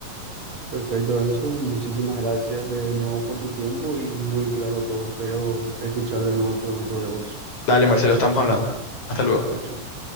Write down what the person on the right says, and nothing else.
Perfecto, Enzo. Muchísimas gracias de nuevo por tu tiempo y muy claro todo. Espero escuchar de nuevo pronto de vos.
Chao, chao.